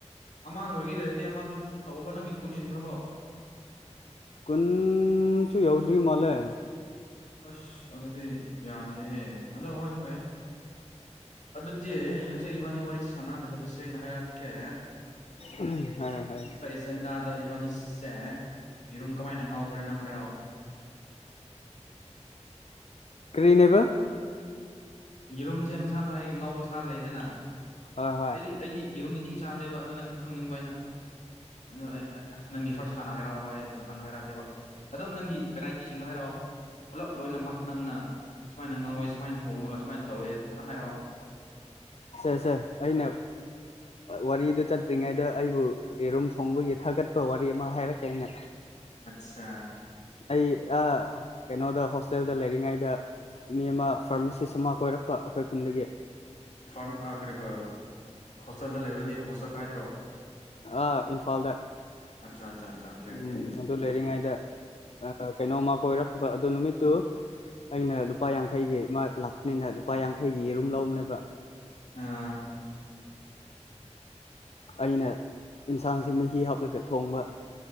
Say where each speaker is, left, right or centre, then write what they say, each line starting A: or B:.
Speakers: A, on the left; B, on the left.
A: ꯑꯃ ꯂꯣꯏꯒꯦ ꯂꯩꯔꯗꯤ ꯑꯃꯗꯨ ꯇꯧꯕ ꯅꯪꯒꯤ ꯀꯨꯟ ꯍꯦꯟꯈ꯭ꯔꯕꯣ
B: ꯀꯟꯁꯨ ꯌꯧꯗ꯭ꯔꯤ ꯃꯥꯂꯦ
A: ꯑꯁ ꯑꯗꯨꯗꯤ ꯌꯥꯝꯗꯦꯍꯦ ꯑꯗꯣ ꯍꯣꯏ ꯐꯩ ꯑꯗꯨ ꯗꯤ ꯍꯧꯖꯤꯛ ꯏꯕꯥꯅꯤ ꯋꯥꯔꯤ ꯁꯥꯟꯅꯒꯗꯕꯁꯦ ꯑꯩꯅ ꯍꯥꯏꯔꯛꯀꯦ
B: ꯑꯝ ꯍꯥꯏꯔꯣ ꯍꯥꯏꯔꯣ
A: ꯖꯟꯗꯥꯗ ꯏꯕꯥꯅꯤꯁꯦ ꯌꯦꯔꯨꯝ ꯀꯃꯥꯏꯅ ꯉꯥꯎꯕ꯭ꯔꯥ ꯅꯪ ꯍꯥꯏꯔꯛꯑꯣ
B: ꯀ꯭ꯔꯤꯅꯦꯕ
A: ꯌꯦꯔꯨꯝꯁꯦ ꯃꯁꯥ ꯃꯁꯥꯒꯤ ꯉꯥꯎꯧꯕꯁꯇꯥꯜ ꯂꯩꯗꯅ
B: ꯍꯣꯏ ꯍꯣꯏ
A: ꯑꯩꯗꯤ ꯑꯩꯗꯤ ꯌꯦꯔꯨꯝꯅꯤꯗꯤ ꯏꯆꯥꯕꯅꯦꯕ ꯑꯗꯣ ꯅꯪꯒꯤ ꯈꯪꯅꯤꯡꯕ ꯑꯩꯅ ꯑꯗꯣ ꯑꯩ ꯅꯪꯒꯤ ꯐꯥꯔꯁ ꯍꯥꯟꯅ ꯍꯥꯏꯔꯛꯑꯑꯣꯕ ꯑꯩ ꯃꯊꯪ ꯍꯥꯏꯔꯛꯀꯦꯕ ꯑꯗꯨꯝ ꯅꯪꯒꯤ ꯚꯦꯔꯥꯏꯇꯤꯁꯤꯡꯗꯣ ꯍꯥꯏꯔꯛꯑꯣ ꯄꯨꯂꯞ ꯂꯣꯏꯅꯃꯛ ꯅꯪꯅ ꯁꯨꯃꯥꯏꯅ ꯉꯧꯋꯦ ꯁꯨꯃꯥꯏꯅ ꯊꯣꯡꯉꯒ ꯁꯨꯃꯥꯏꯅ ꯇꯧꯋꯦ ꯂꯣꯏꯅ ꯍꯥꯏꯔꯛꯑꯣ
B: ꯁꯦ ꯁꯦ ꯑꯩꯅ ꯋꯥꯔꯤꯗꯨ ꯆꯠꯇ꯭ꯔꯤꯉꯩꯗ ꯑꯩꯕꯨ ꯌꯦꯔꯨꯝ ꯊꯣꯡꯕꯒꯤ ꯊꯥꯒꯠ ꯑ ꯋꯥꯔꯤ ꯑꯃ ꯍꯥꯏꯔꯛꯀꯦ ꯑꯩꯅ
A: ꯑꯠꯆꯥ
B: ꯑꯩ ꯀꯩꯅꯣꯗ ꯍꯣꯁꯇꯦꯜꯗ ꯂꯩꯔꯤꯉꯩꯗ ꯃꯤ ꯑꯃ ꯐꯥꯔꯃꯥꯁꯤꯁ ꯑꯃ ꯀꯣꯏꯔꯛꯄ ꯑꯩꯈꯣꯏ ꯈꯨꯟꯗꯒꯤ
A: ꯐꯥꯔꯝ ꯑ ꯀꯔꯤꯕ ꯍꯣꯁꯇꯦꯜꯗ ꯂꯩꯕꯗꯤ ꯍꯣꯁꯇꯦꯜ ꯀꯥꯏꯗꯔꯣ
B: ꯑꯥ ꯏꯝꯐꯥꯜꯗ
A: ꯑꯠꯆꯥ ꯑꯠꯆꯥ ꯑꯠꯆꯥ ꯑꯣꯀꯦ ꯑꯣꯀꯦ
B: ꯎꯝ ꯑꯗꯨ ꯂꯩꯔꯤꯉꯩꯗ ꯀꯩꯅꯣꯃ ꯀꯣꯏꯔꯛꯄ ꯑꯗꯨ ꯅꯨꯃꯤꯠꯇꯨ ꯑꯩꯅ ꯂꯨꯄꯥ ꯌꯥꯡꯈꯩꯒꯤ ꯑꯃ ꯂꯥꯛꯄꯅꯤꯅ ꯂꯨꯄꯥ ꯌꯥꯡꯈꯩꯒꯤꯔꯨꯝ ꯂꯅꯦꯕ
A: ꯑ
B: ꯑꯩꯅ ꯌꯦꯟꯁꯥꯡꯁꯤ ꯃꯍꯤ ꯍꯥꯞꯂꯒ ꯊꯣꯡꯕ